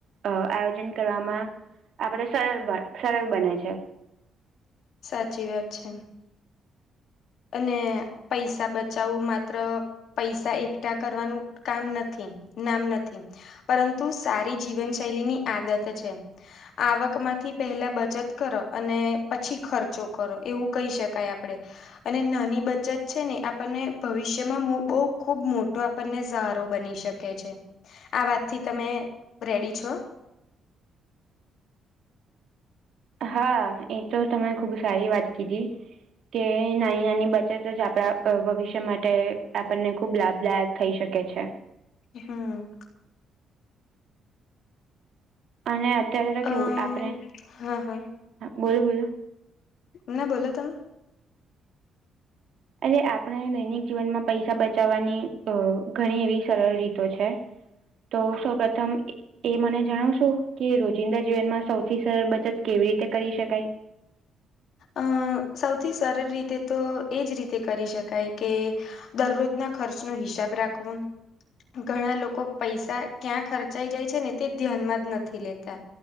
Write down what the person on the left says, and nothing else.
સાચી વાત છે. અને પૈસા બચાવું માત્ર પૈસા એકઠા કરવાનું કામ નથી નામ નથી. પરંતુ સારી જીવનશૈલીની આદત છે. આવક માંથી પેહેલા બચત કરો અને પછી ખર્ચો કરો એવું કહી શકાય આપણે અને નાની બચત છે ને આપણને ભવિષ્યમાં બહુ ખૂબ મોટો આપણને સહારો બની શકે આ વાતથી તમે રેડી છો.
હા
હા.
અ
હા હા
ના બોલો તમ.
હા સૌથી સરળ રીતે તો એજ રીતે કરી શકાય કે દરરોજના ખર્ચ નો હિસાબ રાખવો. ઘણા લોકો પૈસા ક્યાં ખર્ચાઈ જાય છે ને તે ધ્યાનમાં જ નથી લેતા.